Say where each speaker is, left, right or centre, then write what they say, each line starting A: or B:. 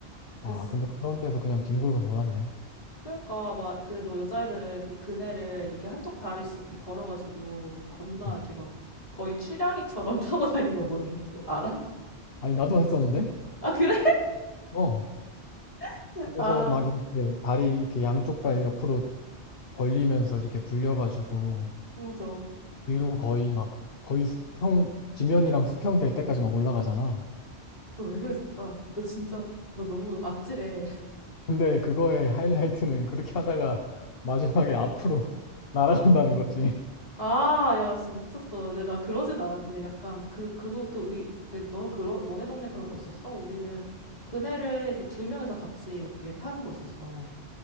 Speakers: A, on the left (about 40°); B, on the left (about 60°).
A: 그,
B: 아,
A: 쓰-
B: 근데 그런 데서 그냥 뒹굴고 놀았네.
A: 그러니까, 막, 그, 너 여자애들은 그 그네를 이렇게 한쪽 다리씩 이렇게 걸어가지고, 겁나
B: 음.
A: 이렇게 막, 거의 추량이처럼 <laughs> 타고 다닌 거 몰라, 뭐, 알아?
B: 아니, 나도 했었는데?
A: 아, 그래?
B: 어.
A: <laughs>
B: 그래서
A: 아,
B: 막 이렇게 다리 이렇게 양쪽 발 옆으로 벌리면서 이렇게 굴려가지고
A: 맞아.
B: 뒤로 거의 막 거의 수평, 지면이랑 수평 될 때까지 막 올라가잖아.
A: 그거 왜 그랬을까? 나 진짜, 나 너무 아찔해. <laughs>
B: 근데 그거의 하이라이트는 그렇게 하다가 <laughs> 마지막에 앞으로 <laughs> 날아간다는
A: 어.
B: 거지.
A: 아, 야, 진짜 미쳤어. 근데 나 그러진 않았는데, 약간, 그, 그것도 의, 그, 너, 그러, 너네 동네 그런 거 있었어? 우리는 그네를 이렇게 두 명이서 같이 이렇게 타는 거 있었어.